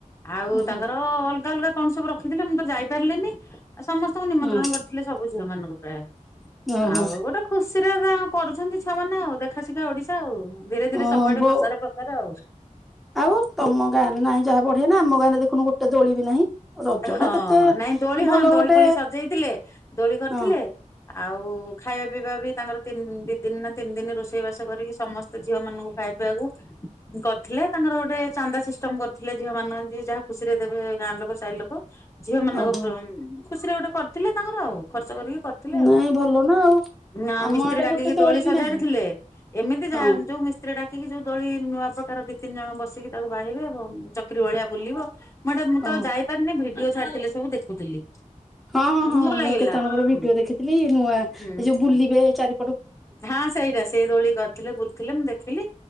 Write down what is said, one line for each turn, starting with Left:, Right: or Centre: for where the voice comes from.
Left: ଆଉ
Centre: ଓହୋ
Left: ତାଙ୍କର ଅଲଗା ଅଲଗା କଣ ସବୁ ରଖିଥିଲେ ମୁଁ ତ ଯାଇ ପାରିଲିନି ଆ ସମସ୍ତଙ୍କୁ ନିମନ୍ତ୍ରଣ
Centre: ହଁ
Left: କରିଥିଲେ ସବୁ ଝିଅ ମାନଙ୍କୁ ପ୍ରାୟ
Centre: ଓହୋ
Left: ଆଉ ଗୋଟେ ଖୁସିରେ କରୁଚନ୍ତି ଛୁଆମାନେ ଆଉ ଦେଖ୍ ଦେଖା ଶିଖା ଓଡିଶା ଆଉ ଧୀରେ ଧୀରେ
Centre: ଅ
Left: ସବୁଆଡେ
Centre: ବୋ
Left: ପ୍ରସାର ପ୍ରଚାର ଆଉ।
Centre: ଆଉ ତମ ଗାଁରେ ନାହିଁ ଯାହା ବଢିଆ ନା ଆମ ଗାଁରେ ଦେଖୁନୁ ଗୋଟେ ଦୋଳି ବି ନାହିଁ। ରଜ
Left: ହଁ
Centre: ଟା କେତେ
Left: ନାଇଁ ଦୋଳି
Centre: ଭଲ
Left: ହଁ ଦୋଳି
Centre: ଗୋଟେ
Left: ଫୋଳି ସଜେଇଥିଲେ ଦୋଳି କରିଥିଲେ
Centre: ହଁ
Left: ଆଉ ଖାଇବା ପିଇବା ବି ତାଙ୍କର ତିନି ଦି ଦିନ୍ ନା ତିନି ଦିନି ରୋଷେଇ ବାସ କରିକି ସମସ୍ତ ଝିଅ ମାନଙ୍କୁ ଖାଇ ପିଇବାକୁ କରିଥିଲେ ତାଙ୍କର ଗୋଟେ ଚାନ୍ଦା ସିଷ୍ଟମ୍ କରିଥିଲେ ଝିଅ ମାନଙ୍କୁ ଯିଏ ଯାହା ଖୁସି ରେ ଦେବେ ଗାଁ ଲୋକ ସାଇ ଲୋକ। ଝିଅ ମାନଙ୍କ
Centre: ଓହୋ
Left: <unintelligible> ଖୁସିରେ ଗୋଟେ କରିଥିଲେ ତାଙ୍କର ଆଉ ଖର୍ଚ୍ଚ କରିକି କରି ଥିଲେ
Centre: ନାଇଁ
Left: ଆଉ
Centre: ଭଲ ନା ଆଉ
Left: ନା
Centre: ଆମ
Left: ମିସ୍ତ୍ରୀ
Centre: ଆଡେ
Left: ଡାକିକି
Centre: ଗୋଟେ
Left: ଦୋଳି
Centre: ବି
Left: ସଜାଡିଥିଲେ
Centre: ନାହିଁ
Left: ଏମିତି ଯାହା
Centre: ହଁ
Left: ଯଉ ମିସ୍ ମିସ୍ତ୍ରୀ ଡାକିକି ଯଉ ଦୋଳି ନୂଆ ପ୍ରକାର ଦି ତିନି ଜଣ ବସିକି ତାକୁ ବାହିବେ ଏବଂ ଚକ୍ରି ଭଳିଆ ବୁଲିବ। <unintelligible> ମୁଁ ତ
Centre: ହଁ
Left: ଆଉ ଯାଇପାରିନି ଭିଡିଓ ଛାଡ଼ିଥିଲେ ସବୁ ଦେଖୁଥିଲି।
Centre: ହଁ -ହଁ -ହଁ
Left: ଭଲ
Centre: ମୁଁ
Left: ଲାଗିଲା
Centre: କେତେ ଜଣଙ୍କର ଭିଡିଓ
Left: ହୁଁ
Centre: ଦେଖିଥିଲି ନୂଆ ଏ
Left: ହୁଁ
Centre: ଯଉ ବୁଲିବେ ଚାରି
Left: ହଁ ସେଇଟା ସେଇ ଦୋଳି କରିଥିଲେ ବୁଲୁଥିଲେ ମୁଁ ଦେଖି ଥିଲି